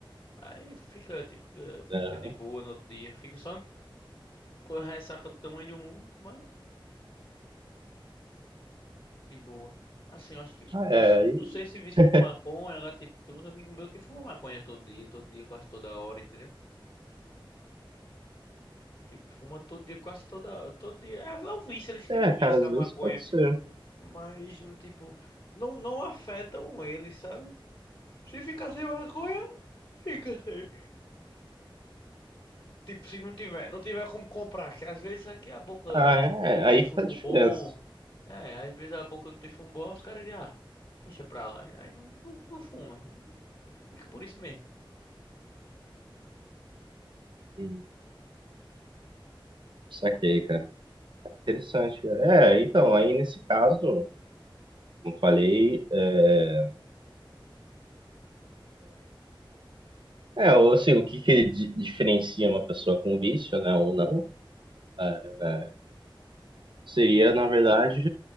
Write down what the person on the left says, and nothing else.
Aí fica, tipo, fica,
fica de boa no outro dia. Fica só com a ressaca do tamanho do mundo, mas de boa. Assim, eu acho que,
vis-
não sei se visto
por maconha, agora, tipo, tem uns amigos meus que fumam maconha todo dia, todo dia, quase toda hora, entendeu? Tipo, fuma todo dia, quase toda, todo dia. É, é um vício, eles têm
um vício
da
maconha.
Mas, no tipo, não, não afetam eles, sabe? Se ficar sem maconha, fica sem. Tipo, se não tiver, não tiver como comprar, que às vezes aqui a boca
não tem
fumo
bom. É, às vezes a boca não tem fumo bom, os caras dizem, ah, deixa pra lá. E Aí não, não, não fuma. Fica por isso mesmo.